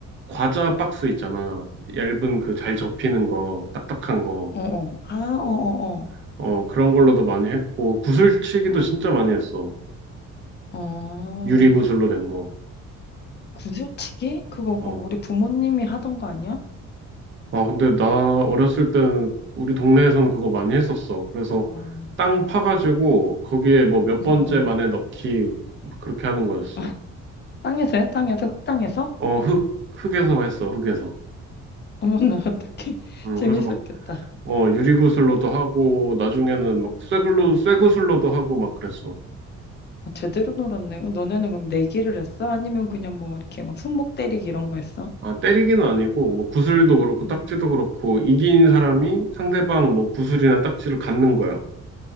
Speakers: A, on the right; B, on the left.
A: 과자 박스 있잖아. 얇은 그 잘 접히는 거, 딱딱한 거.
B: 어, 어. 아, 어,
A: 어,
B: 어,
A: 어, 그런 걸로도 많이 했고 구슬치기도
B: 어.
A: 진짜 많이 했어.
B: 어, 어.
A: 유리 구슬로 된 거.
B: 구슬치기? 그거 막
A: 어.
B: 우리 부모님이 하던 거 아니야?
A: 아, 근데 나 어렸을 때는 우리 동네에서는 그거 많이 했었어. 그래서
B: 어,
A: 땅 파가지고 거기에 뭐 몇
B: 응,
A: 번째
B: 응.
A: 만에 넣기 뭐 그렇게 하는 거였어.
B: <laughs> 아, 땅에서 해? 땅에서? 흙땅에서?
A: 어, 흙 흙에서 했어. 흙에서.
B: 어머나, <laughs> 어떡해.
A: 음,
B: 재밌었겠다.
A: 그래서 막 어, 유리구슬로도 하고, 나중에는 막 쇠글로, 쇠구슬로도 하고 막 그랬어.
B: 아, 제대로 놀았네. 너네는 그럼 내기를 했어? 아니면 그냥 뭐 이렇게 막 손목 때리기 이런 거 했어?
A: 아, 때리기는 아니고, 뭐 구슬도 그렇고, 딱지도
B: 응.
A: 그렇고, 이긴 사람이 상대방 뭐 구슬이나 딱지를 갖는 거야.